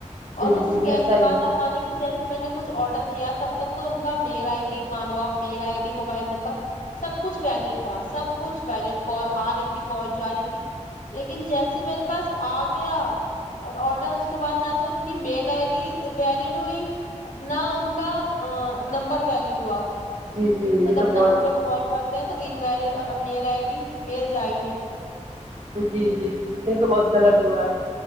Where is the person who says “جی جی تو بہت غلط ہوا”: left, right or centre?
Right